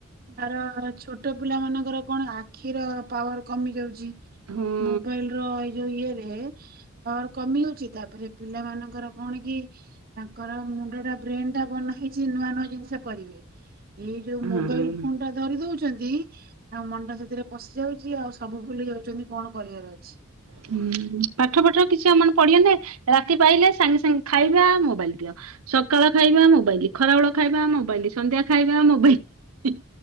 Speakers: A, on the right; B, on the right.
A: ତାର ଛୋ ଛୋଟ ପିଲା ମାନଙ୍କର କଣ ଆଖିର ପାୱାର କମି ଯାଉଚି।
B: ହୁଁ।
A: ମୋବାଇଲ ର ଏଇ ଯୋଉ ଇଏ ରେ ପାୱାର କମି ଯାଉଚି। ତାପରେ ପିଲା ମାନଙ୍କର କଣ କି କର ମୁଣ୍ଡ ଟା ବ୍ରେନ ଟା ବନା ହେଇଚି ନୂଆ ନୂଆ ଜିନିଷ କରିବେ। ଏଇ ଯୋଉ ମୋବାଇଲ
B: ହଁ।
A: ଫୋନ ଟା ଧରି ଦଉଛନ୍ତି ତାଙ୍କ ମନ ଟା ସେଥିରେ ପଶି ଯାଉଚି ଆଉ ସବୁ ଭୁଲି ଯାଉଛନ୍ତି କଣ କରିବାର ଅଛି।
B: ହୁଁ। ପାଠ ପାଠ କିଛି ଆମର ପଢିି। <unintelligible> ରାତି ପାହିଲେ ସାଙ୍ଗେ ସାଙ୍ଗେ ଖାଇବା ମୋବାଇଲ ଦିଅ। ସକାଳ ଖାଇବା ମୋବାଇଲି, ଖରାବେଳ ଖାଇବା ମୋବାଇଲି, ସନ୍ଧ୍ୟା ଖାଇବା ମୋବାଇଲି।